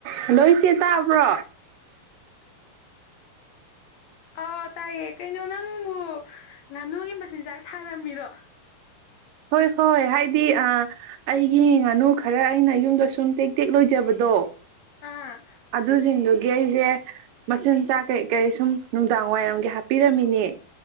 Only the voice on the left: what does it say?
ꯑꯥꯎ ꯇꯥꯏꯌꯦ ꯀꯩꯅꯣ ꯅꯪꯕꯨ ꯉꯥꯅꯨꯒꯤ ꯃꯆꯤꯟꯖꯥꯛ ꯊꯥꯔꯝꯃꯤꯔꯣ
ꯑꯥ